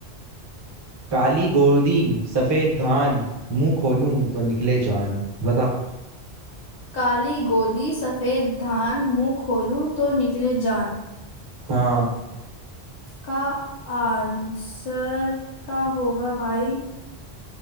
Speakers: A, on the right; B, on the left.
A: काली गोदी सफेद धान मुंह खोलूं तो निकले जान बता
B: काली गोदी सफेद धान मुंह खोलूं तो निकले जान
A: हाँ
B: का आंसर का होगा भाई